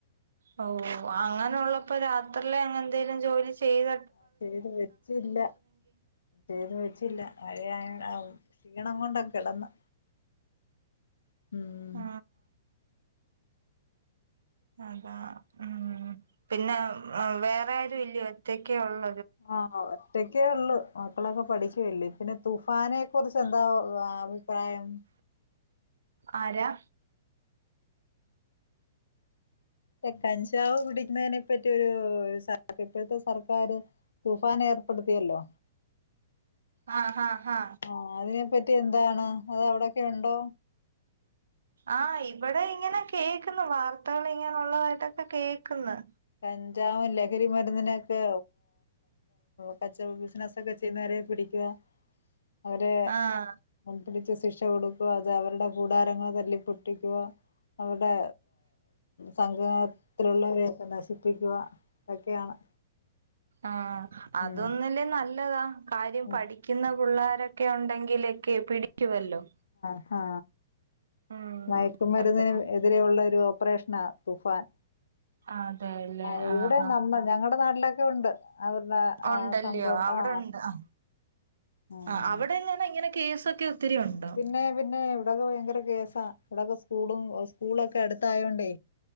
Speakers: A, on the right; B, on the left.
A: ഓ അങ്ങനെയുള്ളപ്പോ രാത്രില് അങ്ങനെ എന്തെങ്കലും ജോലി ചെയ്ത
B: ആ ചെയ്ത് വെച്ചില്ല ചെയ്ത് വെച്ചില്ല മഴും ക്ഷിണം കൊണ്ട് കിടന്ന് ഉം
A: ആ അതാ ഉം പിന്നെ വേറെ ആരും ഇല്ലയോ ഒറ്റക്കെള്ളൂ
B: ആ ഒറ്റയ്ക്ക് ഒള്ളു മക്കളൊക്കെ പഠിച്ചുല്ലേ പിന്നെ തുഫാനെ കുറിച്ച് എന്താ അഭിപ്രായം
A: ആരാ
B: റ്റെ കഞ്ചാവ് പിടിക്കുന്നതിനെ പറ്റിരു ഇപ്പോഴത്തെ സർക്കാർ തുഫാന ഏർപ്പെടുത്തിയല്ലോ
A: ആ
B: ആഹ് അതിനെപ്പറ്റി എന്താണ് അത് അവിടൊക്കെ ഉണ്ടോ
A: ആ ഇവിടെ ഇങ്ങനെ കേൾക്കുന്നു വാർത്തകൾ ഇങ്ങനുള്ളതായിട്ടൊക്കെ കേക്കുന്നു
B: കഞ്ചാവും ലഹരി മരുന്നിനൊക്കെ കച്ചവടവും ബിസിനസും ഒക്കെ ചെയ്യുന്നവരെ പിടിക്കുക അവര്
A: ആഹ്
B: പിടിച്ചു ശിക്ഷ കൊടുക്കുവ അത് അവരുടെ കൂടാരങ്ങൾ തല്ലിപ്പൊട്ടിക്കുവ അവിടെ സംഗത്തിലുള്ളവരൊക്കെ പിടിപ്പിക്കുക ഇതൊക്കെയാണ്
A: ആഹ് അതൊന്നില്ലേ
B: ഉം
A: നല്ലതാ കാര്യം
B: ആ
A: പഠിക്കുന്ന പിള്ളോരൊക്കെ ഒക്കെ ഉണ്ടെങ്കിലൊക്കെ പിടിക്കുവല്ലോ
B: ആഹ്
A: ഉം
B: മയക്കുമരുന്നിനന്
A: അത്ര
B: എതിരെയുള്ള ഒരു ഓപ്പറേഷൻ തുഫാൻ
A: അതെല്ലേ
B: ആ
A: ആഹ്
B: ഇവിടെ നമ്മ ഞങ്ങളുടെ നാട്ടിലൊക്കെ ഉണ്ട് അവരുടെ
A: ഉണ്ടല്ലയോ
B: ആ സംഘംണ്ട്
A: അവിടെ
B: ആ
A: ഉണ്ട് ആ
B: ഉം.
A: ആ അവിടെല്ല ഇങ്ങനെ കേസൊക്കെ ഒത്തിരി ഉണ്ടോ
B: പിന്നെ പിന്നെ ഇവിടെ ഭയങ്കര കേ സാ ഇവിടൊക്കെ സ്കൂളും സ്കൂളൊക്കെ അടുത്തായോണ്ടേ